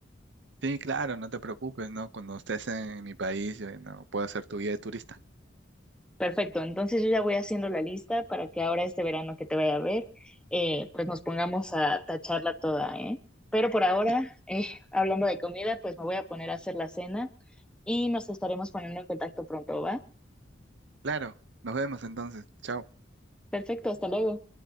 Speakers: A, on the right (about 65°); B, in the centre.
A: Sí, claro, no te preocupes, ¿no? Cuando estés en mi país, eh, no, puedo ser tu guía de turista.
B: Perfecto, entonces yo ya voy haciendo la lista para que ahora este verano que te vaya a ver, eh, pues nos pongamos a tacharla toda, ¿eh? Pero por ahora,
A: Bien,
B: eh, hablando de comida, pues me voy a poner a hacer la cena y nos estaremos poniendo en contacto pronto, ¿va?
A: claro, nos vemos entonces. Chao.
B: Perfecto, hasta luego.